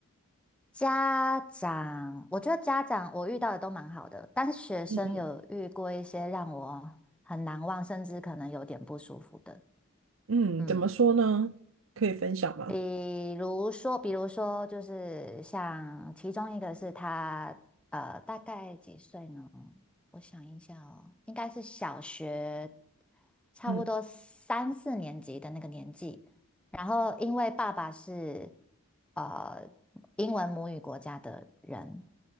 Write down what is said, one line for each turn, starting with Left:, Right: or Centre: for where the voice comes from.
Centre: 家长，我觉得家长我遇到的都蛮好的，但是学生有遇过一些让我很难忘，
Right: 嗯嗯
Centre: 甚至可能有点不舒服的。
Right: 嗯，
Centre: 嗯，
Right: 怎么说呢？可以分享吗？
Centre: 比如说，比如说，就是像其中一个是他，呃，大概几岁呢？我想一下哦，应该是小学，差不多三四年级的那个年纪。
Right: 嗯，
Centre: 然后，因为爸爸是呃英文母语国家的人。